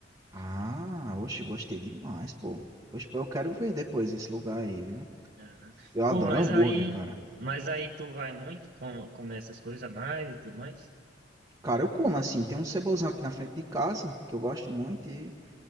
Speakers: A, on the right; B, on the right.
A: Ah, oxe, gostei demais, pô. Oxe, pô, eu quero ver depois esse lugar aí, viu?
B: Aham.
A: Eu adoro
B: Pô, mas
A: hambúrguer,
B: aí,
A: cara.
B: mas aí tu vai muito com, com essas coisas a mais e tudo mais?
A: Cara, eu como assim. Tem um cebozão aqui na frente de casa que eu gosto muito e